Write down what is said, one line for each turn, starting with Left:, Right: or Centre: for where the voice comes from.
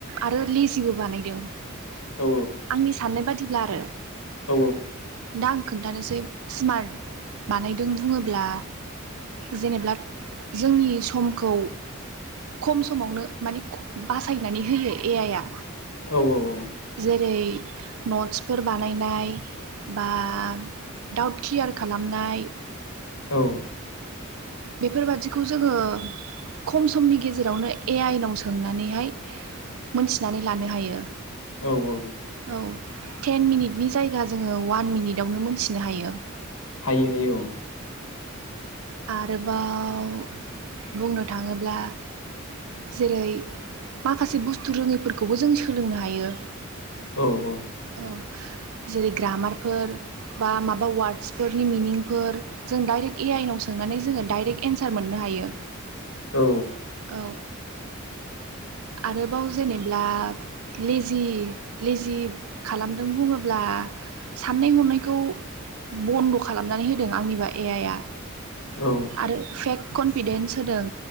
Right: आरो लेजिबो बानायदों।
Left: औ
Right: आंनि साननाय बादिब्ला आरो
Left: औ
Right: दा आं खोन्थानोसै। स्मार्ट बानायदों बुङोब्ला। जेनेबा जोंनि समखौ। खम समावनो माने बासायनानै होयो ए आइआ।
Left: औ औ औ
Right: जेरै नटसफोर बानायनाय बा डाउट क्लियार खालामनाय
Left: औ।
Right: बेफोरबादिखौ जोङो खम समनि गेजेरावनो ए-आइ नाव सोंनानैहाय मोनथिनानै लानो हायो।
Left: औ-औ।
Right: औ टेन मिनिटनि जायगा जोङो अवान मिनिटावनो मोनथिनो हायो।
Left: हायो-हायो औ।
Right: आरोबाव बुंनो थाङोब्ला। जेरै माखासे बुस्थु रोङै फोरखौबो जों सोलोंनो हायो।
Left: औ-औ।
Right: औ जेरै ग्रामारफोर। बा माबा वार्डसफोरनि मिनिंफोर, जों डाइरेक्ट ए-आइनाव सों। माने जोङो डाइरेक्ट एन्सार मोननो हायो
Left: औ
Right: औ। आरोबाव जेनेब्ला लेजि-लेजि खालामदों बुङोब्ला। साननाय-हनायखौ बन्द' खालामनानै होदों आंनिबा ए-आइआ।
Left: औ
Right: आरो फेक कनफिदेन्स होदों